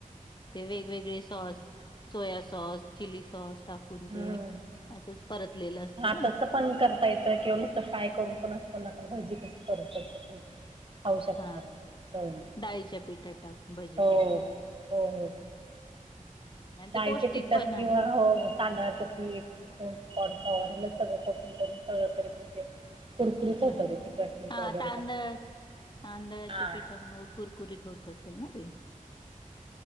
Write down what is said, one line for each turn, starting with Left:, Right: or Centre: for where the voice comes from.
Left: ते वेगवेगळे sauce. Soya sauce. Chilli sauce. टाकून
Right: हम्म
Left: ते असंच परतलेलं असतं
Right: हा
Left: ना?
Right: तसं पण करता येत. किंवा नुसतं फ्राय करून पण अस पण आपण भजी कस करतो. तस पण. शकता
Left: हां,
Right: म ते तळून.
Left: डाळीच्या पिठात टाकून भजीसारखं.
Right: हो हो हो.
Left: हं, आणि
Right: डाळीचे
Left: ते पौष्टिक
Right: पिठ्टात
Left: पण आहे
Right: किंवा
Left: ना.
Right: हो तांदळाचं पीठ. <unintelligible> सगळं कोटिंग करून तळल तरी पण ते कुरकुरीत होतं
Left: ह
Right: ते तिखट मीठ
Left: हा
Right: वगैरे
Left: तांदळा
Right: टाकून.
Left: तांदळाच्या
Right: हा
Left: पीठामुळे कुरकुरीत होत असेल ना ते.